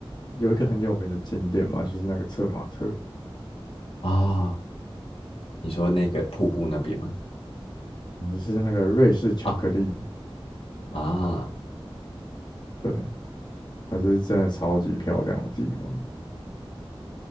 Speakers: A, on the left; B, on the left.
A: 有一个很有名的景点嘛，就是那个策马特，
B: 啊！你说那个瀑布那边吗？
A: 然后就是那个瑞士巧克力，
B: 啊啊
A: 对，它是真的超级漂亮的地方。